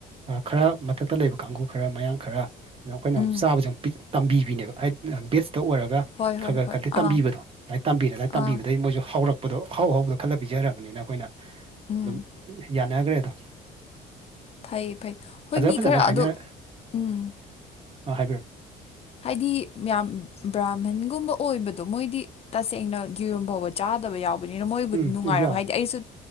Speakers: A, on the right; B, on the left.
A: ꯈꯔ ꯃꯊꯛꯇ ꯂꯩꯕ ꯀꯥꯡꯒꯨ ꯈꯔ ꯃꯌꯥꯡ ꯈꯔ ꯗ ꯑꯈꯣꯏꯅꯃꯨꯛ
B: ꯎꯝ
A: ꯆꯥꯕꯖꯦ ꯃꯨꯛ ꯕꯤꯠ ꯇꯝꯕꯤꯕꯤꯅꯦꯕ ꯍꯥꯏ ꯕꯦꯖꯇ ꯑꯣꯏꯔꯒ
B: ꯍꯣꯏ ꯍꯣꯏ
A: ꯈꯒ
B: ꯍꯣꯏ
A: ꯀꯗꯤ ꯇꯝꯕꯤꯕꯗꯣ
B: ꯑꯥ
A: ꯍꯥꯏ ꯇꯝꯕꯤꯔꯗꯥꯥꯏ ꯇꯝꯕꯤꯕꯗꯩ
B: ꯑꯥ
A: ꯃꯣꯏꯖꯨ ꯍꯥꯎꯔꯛ ꯄꯗꯣ ꯑꯍꯥꯎ ꯑꯍꯥꯎꯕꯗꯣ ꯈꯜꯂ ꯄꯤꯖꯔꯕꯅꯤꯅ ꯑꯈꯣꯏꯅ
B: ꯎꯝ
A: ꯗꯨꯝ ꯌꯥꯅꯒ꯭ꯔꯦ ꯗꯣ
B: ꯐꯩ ꯐꯩ ꯍꯣꯏ
A: ꯐꯖ
B: ꯃꯤ
A: ꯐꯖꯅ
B: ꯈꯔ ꯑꯗꯣ
A: ꯍꯥꯏꯅꯔ
B: ꯎꯝ
A: ꯑꯥ ꯍꯥꯏꯕꯤꯔꯣ
B: ꯍꯥꯏꯗꯤ ꯌꯥꯝ ꯕ꯭ꯔꯥꯝꯍꯟꯒꯨꯝꯕ ꯑꯣꯏꯕꯗꯣ ꯃꯣꯏꯗꯤ ꯇꯁꯦꯡꯅ ꯌꯦꯔꯨꯝ ꯐꯥꯎꯕ ꯆꯥꯗꯕ ꯌꯥꯎꯕꯅꯤꯅ ꯃꯣꯏꯕꯨꯗꯤ
A: ꯎꯝ
B: ꯅꯨꯡꯉꯥꯏꯔꯝ
A: ꯌꯥꯎꯋꯦ
B: ꯍꯥꯏꯗꯤ ꯑꯩꯁꯨ